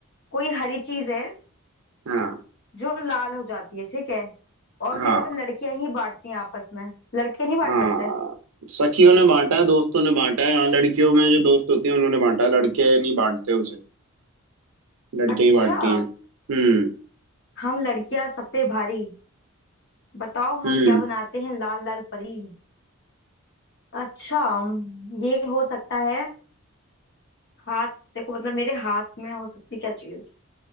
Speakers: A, on the left (about 55°); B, on the right (about 75°).
A: कोई हरी चीज है
B: हाँ
A: जो लाल हो जाती है ठीक है और
B: हाँ
A: केवल लड़कियां ही बांटती हैं आपस में लड़के नहीं बांट
B: हाँ
A: सकते
B: सखियों ने बांटा है दोस्तों ने बांटा है हाँ लड़कियों में जो दोस्त होती हैं उन्होंने बांटा है लड़के नहीं बांटते उसे लड़कियां
A: अच्छा
B: ही बांटती हैं हम्म
A: हम लड़कियां सब पे भारी बताओ
B: हम्म
A: हम क्या बनाते हैं लाल लाल परी अच्छा हम्म, ये हो सकता है हाथ देखो मतलब मेरे हाथ में हो सकती क्या चीज